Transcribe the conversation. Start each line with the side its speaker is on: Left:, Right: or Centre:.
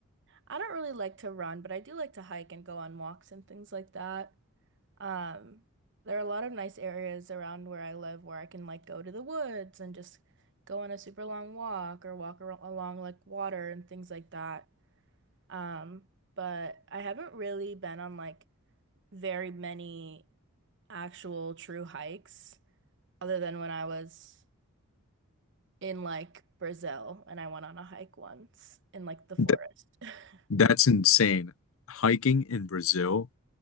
Right: I don't really like to run, but I do like to hike and go on walks and things like that. Um, there are a lot of nice areas around where I live where I can like go to the woods and just go on a super long walk or walk ar along like water and things like that. Um, but I haven't really been on like very many actual true hikes other than when I was in like Brazil and I went on a hike once in like the forest.
Left: Th
Right: <laughs>
Left: that's insane. Hiking in Brazil,